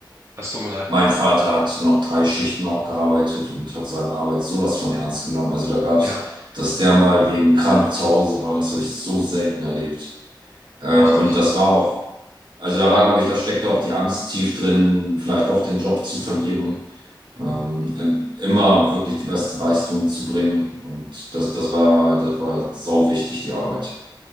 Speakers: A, on the right; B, on the right.
A: Es tut mir leid.
B: mein Vater hat noch drei Schichten auch gearbeitet und hat seine Arbeit sowas von ernst genommen. Also da gab's,
A: Ja,
B: dass der mal wegen krank zu Hause war, das habe ich so selten erlebt. Äh,
A: richtig.
B: und das war auch, also da war, glaube ich, da steckte auch die Angst tief drin, vielleicht doch den Job zu verlieren. Ähm, im- immer wirklich die beste Leistung zu bringen. Und das, das war, das war sau wichtig, die Arbeit.